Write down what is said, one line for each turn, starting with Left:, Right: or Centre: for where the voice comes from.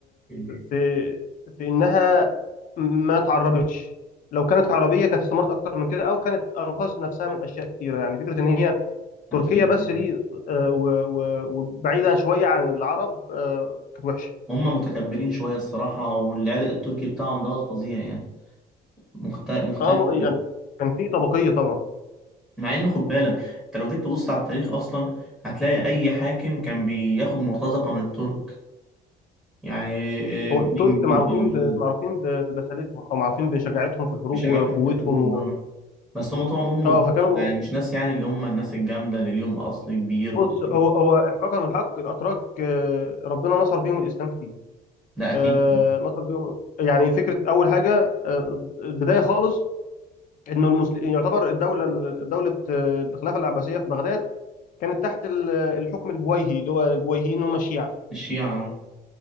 Centre: <laughs>
Left: في في انها ما تعربتش لو كانت عربيه كانت استمرت اكتر من كده او كانت انقذت نفسها من اشياء كتيره يعني فكره ان هي تركيا
Centre: اكيد
Left: بس دي آه، و- و- وبعيدة شوية عن العرب آه، كانت وحشة
Centre: هم متكبرين شوية الصراحة والعرق التركي بتاعهم دوت فظيع يعني مخت... مختلف
Left: اه م- يعني كان في طبقية طبعا
Centre: مع ان خد بالك انت لو جيت تبص على التاريخ اصلا هتلاقي اي حاكم كان بياخد مرتزقة من الترك يعني
Left: هو
Centre: نجم
Left: الترك
Centre: الدين
Left: معروفين
Centre: ايوب
Left: ب... معروفين ب... ببسالتهم او معروفين بشجاعتهم في الحروب
Centre: بيشجعتهم
Left: وقوتهم
Centre: في الحروب
Left: و...
Centre: اه بس هم طول عمرهم مرتضى
Left: اه فكانوا
Centre: يعني مش ناس يعني اللي هم الناس الجامدة اللي ليهم أصل كبير و...
Left: بص هو هو احقاقا الحق الاتراك آه، ربنا نصر بيهم الاسلام كتير
Centre: ده أكيد
Left: آه، نصر بيهم يعني فكرة اول حاجة آه، البداية خالص انه المسلم يعتبر الدولة دولة آه، الخلافة العباسية في بغداد كانت تحت ال- الحكم البويهي اللي هو البويهيين هم الشيعة
Centre: الشيعة آه.